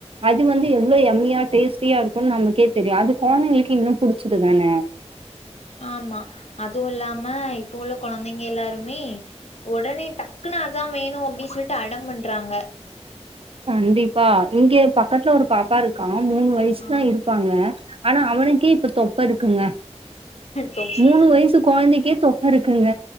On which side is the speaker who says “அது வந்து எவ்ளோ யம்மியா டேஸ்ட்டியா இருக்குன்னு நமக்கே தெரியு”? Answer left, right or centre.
Right